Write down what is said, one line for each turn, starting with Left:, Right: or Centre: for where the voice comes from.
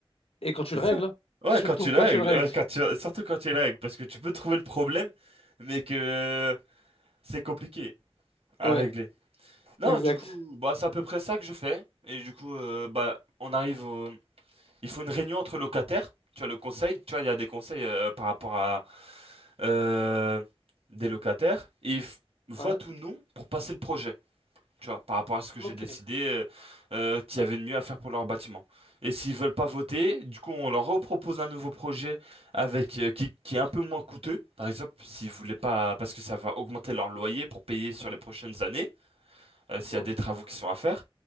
Left: Et quand tu
Right: C'est
Left: le
Right: ça.
Left: règles, hein.
Right: Ouais,
Left: surtout
Right: quand tu
Left: quand
Right: la
Left: tu
Right: règles,
Left: le règles.
Right: ouais, quand tu, surtout quand tu la règles, parce que tu peux trouver le problème, mais que euh, c'est compliqué à
Left: Ouais,
Right: régler. Non,
Left: exact.
Right: du coup, bah, c'est à peu près ça que je fais. Et du coup, euh, bah, on arrive au- Il faut une réunion entre locataires. Tu vois, le conseil, tu vois, il y a des conseils euh, par rapport à euh, des locataires. Et ils f- votent
Left: Ouais,
Right: ou non pour passer le projet. Tu vois, par rapport à ce que j'ai
Left: ok.
Right: décidé euh, euh, qu'il y avait de mieux à faire pour leur bâtiment. Et s'ils veulent pas voter, du coup, on leur repropose un nouveau projet avec euh, qui, qui est un peu moins coûteux. Par exemple, s'ils voulaient pas... Parce que ça va augmenter leur loyer pour payer sur les prochaines années euh, s'il
Left: Ouais.
Right: y a des travaux qui sont à faire.